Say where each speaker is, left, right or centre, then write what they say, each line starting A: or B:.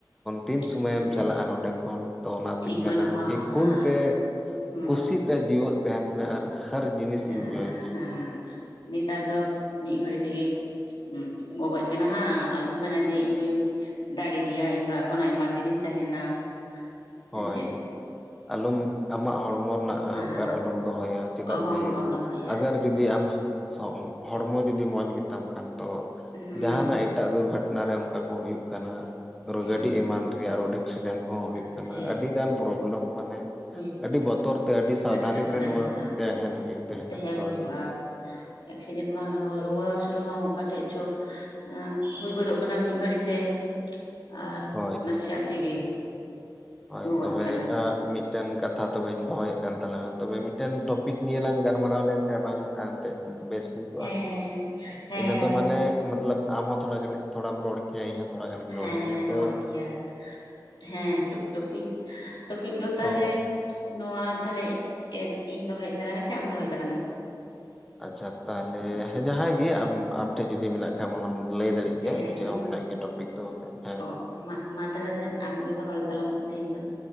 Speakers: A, in the centre; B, on the left (about 80°).
A: ᱛᱤᱱ ᱥᱩᱚᱢᱚᱭᱮᱢ
B: ᱦᱮᱸ
A: ᱪᱟᱞᱟᱜᱼᱟ ᱱᱚᱸᱰᱮ ᱠᱷᱚᱱ ᱛᱚ ᱚᱱᱟᱛᱤᱧ
B: ᱴᱷᱤᱠ ᱵᱟᱹᱱᱩᱜᱼᱟ
A: ᱢᱮᱱᱟ ᱠᱤ
B: ᱦᱮᱸ
A: ᱠᱩᱞᱛᱮ
B: ᱦᱩᱸ
A: ᱠᱩᱥᱤᱛᱮ ᱡᱤᱣᱮᱫ ᱛᱟᱦᱮᱱ ᱢᱮ ᱟᱨ ᱦᱟᱨ ᱡᱤᱱᱤᱥ
B: ᱦᱮᱸ
A: ᱤᱱᱡᱚᱭ ᱢᱮ,
B: ᱦᱮᱸ ᱱᱮᱛᱟᱨ ᱫᱚ ᱢᱤᱫ ᱜᱷᱟᱹᱲᱤ ᱛᱮᱜᱮ, ᱦ ᱜᱚᱜᱚᱡ ᱠᱟᱱᱟ ᱦᱟᱸᱜ ᱟᱞᱚᱢ ᱢᱮᱱᱟ ᱡᱮ ᱤᱧᱫᱩᱧ ᱫᱟᱲᱮ ᱜᱮᱭᱟ ᱤᱧ ᱫᱚ ᱮᱠᱷᱚᱱ ᱟᱭᱢᱟ ᱫᱤᱱᱤᱧ ᱛᱟᱦᱮᱱᱟ, ᱥᱮ
A: ᱦᱳᱭ
B: ᱪᱮᱫ
A: ᱟᱞᱚᱢ ᱟᱢᱟᱜ ᱦᱚᱲᱢᱚ ᱨᱮᱱᱟᱜ
B: ᱦᱮᱸ
A: ᱟᱦᱟᱱᱠᱟᱨ ᱟᱞᱚᱢ ᱫᱚᱦᱚᱭᱟ ᱪᱮᱫᱟᱜ
B: ᱚᱦᱚᱢ
A: ᱡᱮ
B: ᱫᱚᱦᱚᱭᱟ
A: ᱟᱜᱟᱨ
B: ᱥᱮ
A: ᱡᱩᱫᱤ ᱟᱢ, ᱥᱟᱶ ᱦᱚᱲᱢᱚ ᱡᱩᱫᱤ ᱢᱚᱸᱡᱽ ᱜᱮᱛᱟᱢ ᱠᱷᱟᱱ ᱛᱚ
B: ᱦᱮᱸ
A: ᱡᱟᱦᱟᱱᱟᱜ ᱮᱴᱟᱜ ᱫᱩᱨᱜᱷᱚᱴᱚᱱᱟ ᱨᱮ ᱚᱱᱠᱟ ᱠᱚ ᱮᱴᱟᱜ ᱮᱴᱟᱜ ᱫᱩᱨᱜᱷᱚᱴᱱᱟ ᱦᱩᱭᱩᱜ ᱠᱟᱱᱟ ᱟᱨᱚ
B: ᱦᱮᱸ
A: ᱜᱟᱹᱰᱤ ᱮᱢᱟᱱ ᱨᱮᱭᱟᱜ ᱨᱳᱰ ᱮᱠᱥᱤᱰᱮᱱᱴ ᱠᱚᱦᱚᱸ ᱦᱩᱭᱩᱜ
B: ᱥᱮ
A: ᱠᱟᱱᱟ, ᱟᱹᱰᱤ ᱜᱟᱱ ᱯᱨᱚᱵᱞᱮᱢ ᱢᱟᱱᱮ,
B: ᱦᱩᱭᱩᱜ
A: ᱟᱹᱰᱤ ᱵᱚᱛᱚᱨ ᱛᱮ ᱟᱹᱰᱤ ᱥᱟᱵᱫᱷᱟᱱᱤ
B: ᱮᱴᱠᱮᱴᱚᱬᱮ
A: ᱛᱮ ᱱᱚᱣᱟ
B: ᱦᱟᱸᱜ
A: ᱛᱟᱦᱮᱱ ᱦᱩᱭᱩᱜ ᱛᱟᱦᱮᱱᱟ
B: ᱛᱟᱦᱮᱸ
A: ᱦᱳᱭ,
B: ᱦᱩᱭᱩᱜᱼᱟ ᱮᱠᱥᱤᱰᱮᱱᱴ ᱵᱟᱝ ᱨᱮᱦᱚᱸ ᱨᱩᱣᱟᱹ ᱦᱥᱩ ᱨᱮᱦᱚᱸ ᱚᱠᱟ ᱴᱷᱮᱡ ᱪᱚ ᱮ ᱦᱩᱭ ᱜᱚᱫᱚᱜ ᱠᱟᱱᱟ ᱢᱤᱫ ᱜᱷᱟᱹᱲᱤ ᱛᱮ ᱟᱨ
A: ᱦᱳᱭ
B: ᱱᱟᱥᱮᱭᱟᱜ ᱛᱮᱜᱮ
A: ᱦᱳᱭ
B: ᱜᱚᱜᱚᱡ
A: ᱛᱚᱵᱮ
B: ᱠᱟᱱᱟ
A: ᱟ.. ᱢᱤᱫᱴᱮᱱ ᱠᱟᱛᱷᱟ ᱛᱚᱵᱮᱧ ᱫᱚᱦᱚᱭᱮᱫ ᱠᱟᱱ ᱛᱟᱞᱟᱝᱟ ᱛᱚᱵᱮ ᱢᱤᱫᱴᱮᱱ ᱴᱚᱯᱤᱠ ᱱᱤᱭᱮ ᱞᱟᱝ ᱜᱟᱱᱚᱜ ᱜᱟᱞᱢᱟᱨᱟᱣ ᱞᱮᱱᱠᱷᱷᱟ ᱵᱟᱝ ᱮᱱᱛᱮᱫ ᱵᱮᱥ ᱦᱩᱭ ᱠᱚᱜᱼᱟ
B: ᱦᱮᱸ ᱦᱮᱸ
A: ᱤᱱᱟᱹ ᱫᱚ ᱢᱟᱱᱮ ᱢᱚᱛᱞᱚᱵ ᱟᱢ ᱦᱚᱸ ᱛᱷᱚᱲᱟ ᱜᱟᱱᱮᱜ ᱛᱷᱚᱲᱟᱢ ᱨᱚᱲ ᱠᱮᱭᱟ ᱤᱧ ᱦᱚᱸ ᱛᱷᱚᱲᱟ ᱜᱟᱱᱤᱧ
B: ᱦᱮᱸ
A: ᱨᱚᱲ ᱠᱮᱭᱟ ᱛᱚ
B: ᱨᱚᱲ ᱜᱮᱭᱟ ᱦᱮᱸ ᱴᱚᱯᱤᱠ ᱴᱚᱯᱤᱠ ᱫᱚ ᱛᱟᱦᱚᱞᱮ
A: ᱛᱚ
B: ᱱᱚᱣᱟ ᱛᱟᱦᱚᱞᱮ ᱮᱸᱫ ᱤᱧ ᱫᱚᱦᱚᱭ ᱛᱟᱞᱟᱝᱟ ᱥᱮ ᱟᱢ ᱫᱚᱦᱚᱭ ᱛᱟᱞᱟᱝᱟ?
A: ᱟᱪᱪᱷᱟ ᱛᱟᱦᱚᱞᱮ ᱦᱮᱸ ᱡᱟᱦᱟᱸᱭ ᱜᱮ ᱟᱢ ᱟᱢ ᱴᱷᱮᱡ ᱡᱩᱫᱤ ᱢᱮᱱᱟᱜ ᱠᱷᱟᱡ ᱚᱱᱟᱢ ᱞᱟᱹᱭ ᱫᱟᱲᱮᱜ, ᱜᱮᱭᱟ
B: ᱦᱮᱸ
A: ᱤᱧ ᱴᱷᱮᱫ ᱦᱚᱸ ᱢᱮᱱᱟᱜ ᱜᱮᱭᱟ ᱴᱚᱯᱤᱠ ᱫᱚ <unintelligible> ᱦᱮᱸ
B: ᱚ ᱢᱟ ᱢᱟ ᱛᱟᱦᱚᱞᱮ <unintelligible> ᱟᱢᱜᱮ ᱫᱚᱦᱚᱭ ᱛᱟᱞᱟᱝ ᱢᱮ ᱛᱤᱦᱤᱧ ᱫᱚ,